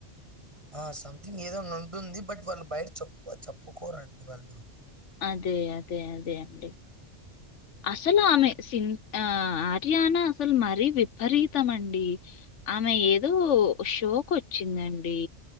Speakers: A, on the right; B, on the left.
A: ఆ సంథింగ్ ఏదోనా ఉంటుంది బట్ వాళ్ళు బయట చెప్పు చెప్పుకోరండి వాళ్ళు
B: అదే అదే అదే అండి అసలు ఆమె సిన్ ఆర్యానా అసలు మరీ విపరీతం అండి ఆమె ఏదో షోక్ వచ్చిందండి